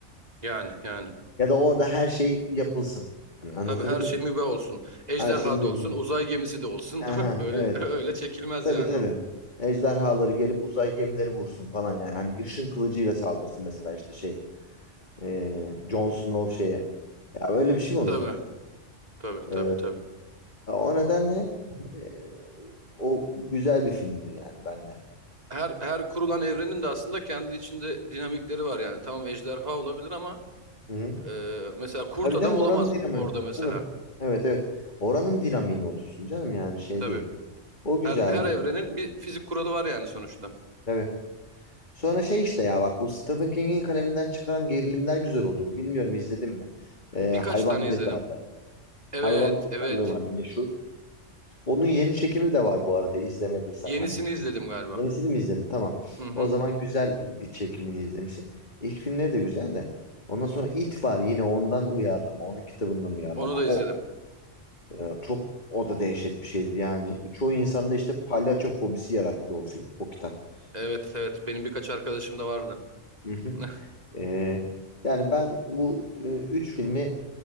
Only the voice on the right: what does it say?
Yani yani.
Tabii her şey
mübah olsun. Ejderha
da olsun,
uzay gemisi de olsun.
<laughs> Öyle
öyle çekilmez
yani
o.
Tabii tabii
tabii tabii.
Her her kurulan evrenin de aslında kendi içinde dinamikleri var yani. Tamam ejderha olabilir ama
e, mesela kurt
adam
olamaz
orada mesela.
Tabii.
Her her evrenin bir fizik kuralı var yani sonuçta.
Birkaç
tane
izledim. Evet,
evet.
Yenisini
izledim galiba.
Hı hı.
Onu da
izledim.
Evet, evet. Benim birkaç arkadaşım da vardı.
<laughs>